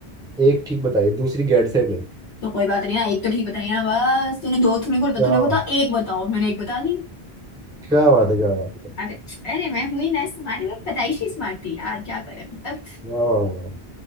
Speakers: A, in the centre; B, on the left (about 80°).
A: एक ठीक बताइए दूसरी गैरसैंण है
B: तो कोई बात नहीं ना एक तो ठीक बताइए ना बस तूने दो तूने बोला
A: क्या
B: तूने बोला
A: बात
B: एक बताओ मैंने एक बता दी
A: क्या बात है क्या बात है
B: अरे अरे मैं हुई ना स्मार्ट मैं पैदाइशी स्मार्ट थी यार क्या करें मतलब
A: वाह वाह वाह